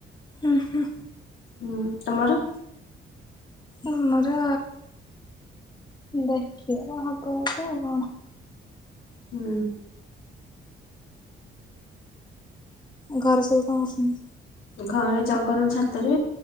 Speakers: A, on the left (about 20°); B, on the left (about 85°).
A: ଉଁ ହୁଁ।
B: ହୁଁ ତମର?
A: ଆମର। ଦେଖିଆ କଣ ହବ ଗୋଟେ ଆଉ କଣ।
B: ହୁଁ।
A: ଘରେ ସବୁ କଣ କରୁସନ୍ତି।
B: ଘରେ ଜଗନ୍ନ ଛାତରେ